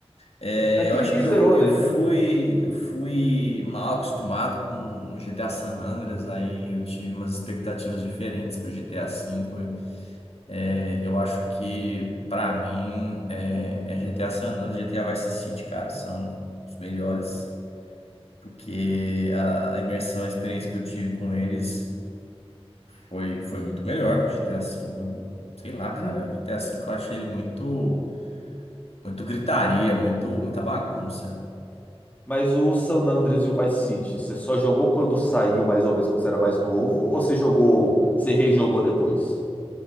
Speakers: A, on the left; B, on the left.
A: É,
B: É que
A: eu acho
B: ninguém
A: que
B: zerou,
A: eu, eu
B: né?
A: fui eu fui mal acostumado com o GTA San Andreas, aí eu tive umas expectativas diferentes pro GTA V. É, eu acho que pra mim é, é GTA San Andreas, e GTA Vice City, cara, são os melhores, porque a, a imersão, a experiência que eu tive com eles foi foi muito melhor do que o GTA V. Eu- Sei lá, cara,
B: Hum,
A: o GTA V eu achei ele muito muito gritaria, muito muita bagunça.
B: Mas o San Andreas e o Vice City, você só jogou quando saiu, mais ou menos, quando você era mais novo? Ou você jogou, você rejogou depois?